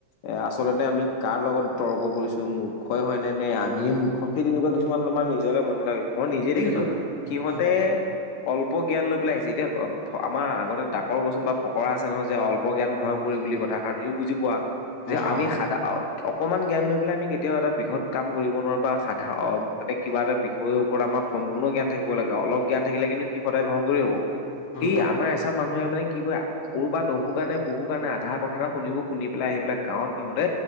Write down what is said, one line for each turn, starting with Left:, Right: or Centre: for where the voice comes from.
Left: এ আচলতে আমি কাৰ লগত তৰ্ক কৰিছো মুূখই হয় নে নে আমিয়ে মুূখ সেই তেনেকুৱা কিছুমান তমাৰ নিজ মনত ল মই নিজে
Centre: তেনেকুৱা
Left: দেখিছো সিহঁতে
Centre: হয়
Left: অল্প জ্ঞান লৈ পেলাই আহিছে এতিয়া আমাৰ আগতে ডাকৰ বচন বা ফকৰা আছে নহয় যে অল্প জ্ঞান ভয়ংকৰ বুলি কথাষ তুমি বুজি পোৱা
Centre: অ
Left: যে
Centre: পাও
Left: আমি সাদা অকনমান জ্ঞান লৈ পেলাই আমি কেতিয়া কেতিয়াও এটা বৃহৎ কাম কৰিব নোৱাৰাৰে বা সাধা মানে কিবা এটা বিষয়ৰ ওপৰত আমাৰ সম্পূৰ্ণ জ্ঞান থাকিব লাগে আৰু অলপ জ্ঞান থাকিলে কিন্তু সি সদায় ভয়ং কৰি হ'ব
Centre: হয়
Left: সেই আমাৰ এচাম মানুহে মানে কি কয় কৰৰবাত দহু কাৰণে পহুৰ কাৰণে আধা কথা এটা শুনিব শুনি পেলাই আহি পেলাই গাঁৱত সিহঁতে